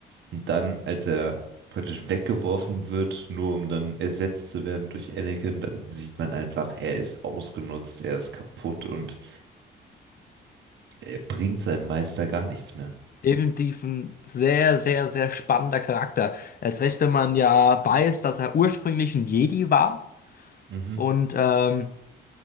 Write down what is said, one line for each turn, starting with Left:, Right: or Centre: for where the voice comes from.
Right: Und dann, als er praktisch weggeworfen wird, nur um dann ersetzt zu werden durch Anakin, dann sieht man einfach, er ist ausgenutzt, er ist kaputt und er bringt seinem Meister gar nichts mehr.
Left: definitiv ein sehr, sehr, sehr spannender Charakter. Erst recht, wenn man ja weiß, dass er ursprünglich ein Jedi war
Right: Mhm.
Left: und ähm,